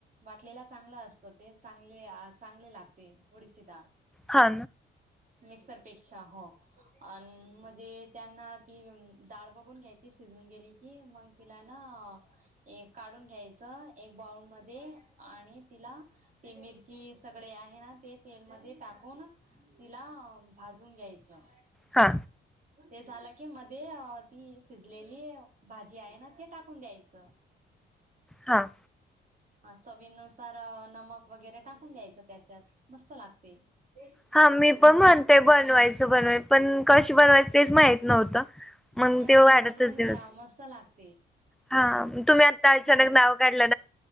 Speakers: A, on the right (about 40°); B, in the centre.
A: वाटलेला चांगला असतो ते चांगले चांगले लागते उडीची डाळ
B: हा
A: मिक्सरपेक्षा हो आणि म्हणजे त्यांना ती डाळ बघून घ्यायची शिजून गेली की मग तिला ना एक काढून घ्यायच एक बाऊलमध्ये आणि तिला ते मिरची सगळे आहे ना ते तेलमध्ये टाकून तिला भाजून घ्यायचं.
B: हा.
A: ते झालं की मध्ये ती शिजलेली भाजी आहे ना ते टाकून द्यायचं.
B: हा
A: ह चवीनुसार नमक वगैरे टाकून द्यायचं त्याच्यात मस्त लागते. देड
B: हा मी पण म्हणतेय बनवायचं बनवाय पण कशी बनवायचं तेच माहित नव्हतं. मग
A: नाही
B: तेव
A: तुम्ही
B: वाढतच
A: बनवून
B: दिवस
A: घ्या मस्त लागते
B: हा तुम्ही आता अचानक
A: थंड
B: नाव काढला.